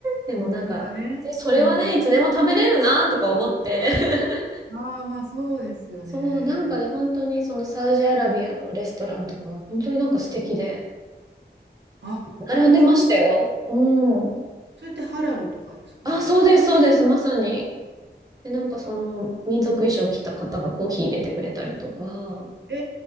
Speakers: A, on the right; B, on the right.
A: でもなんか、
B: またね。
A: それはね、
B: うん。
A: いつでも食べれるなとか思って。<laughs>
B: ああ、まあ、そうですよね。
A: そう、なんかね、本当にそのサウジアラビアのレストランとか、本当になんか素敵で、
B: あ、
A: 並んでましたよ。
B: そう、
A: うん。
B: それってハラルとかですかね。
A: あ、そうです、そうです、まさに。で、なんかその民族衣装着た方がコーヒー入れてくれたりとか、
B: え